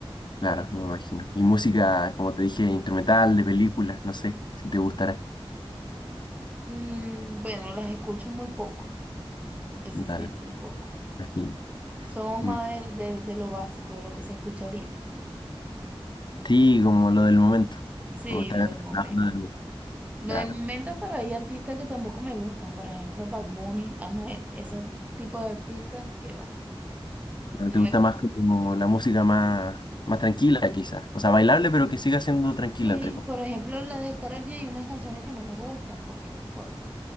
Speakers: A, on the left; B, on the right.
A: Claro, me imagino. Y música, como te dije, instrumental, de películas, no sé si te gustará.
B: Mm, bueno, las escucho muy poco, eso
A: Dale,
B: sí, muy poco.
A: me imagino.
B: Somos
A: Mm.
B: más del- de, de lo básico, de lo que se escucha ahorita.
A: Sí, como lo del momento.
B: Sí,
A: como estar
B: lo del momento.
A: tratarlo de-
B: Lo
A: Claro.
B: del momento, pero hay artistas que tampoco me gustan. Por ejemplo, Bad Bunny, Anuel, esos tipos de artistas que va,
A: Pero
B: no
A: ¿Te gusta
B: me gustan.
A: más como la música más, más tranquila, quizás? O sea, bailable, pero que siga siendo tranquila,
B: Y
A: entre comillas.
B: por ejemplo, las de Karol G, hay unas canciones que no me gustan porque, por,